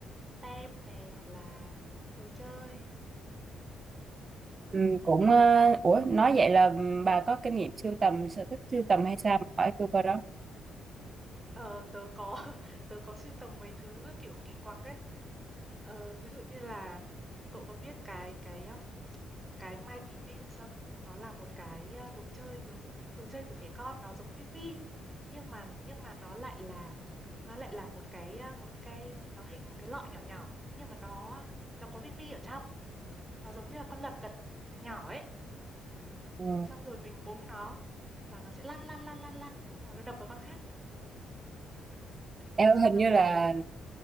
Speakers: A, on the right (about 20°); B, on the right (about 35°).
A: Tem này hoặc là đồ chơi?
B: ừm, cũng à, ủa nói vậy là bà có kinh nghiệm sưu tầm sở thích sưu tầm hay sao? Hỏi tôi coi đó.
A: Ờ, tớ có <laughs> tớ có sưu tầm mấy thứ, ờ, kiểu, kỳ quặc ấy. Ờ, ví dụ như là cậu có biết cái cái, ưm, cái Mighty Beanz không? Nó là một cái, a, đồ chơi giống đồ chơi của trẻ con, nó giống viên bi, nhưng mà nhưng mà nó lại là nó lại là một cái, a, một cái nó hình một cái lọ nhỏ nhỏ, nhưng mà nó nó có viên bi ở trong. Nó giống như là con lật đật nhỏ ấy,
B: Ừ.
A: xong rồi mình búng nó và nó sẽ lăn lăn lăn lăn lăn, xong rồi nó đập vào con khác.
B: Em
A: Tớ
B: ơi,
A: sưu
B: hình
A: tầm
B: như là
A: cái đấy.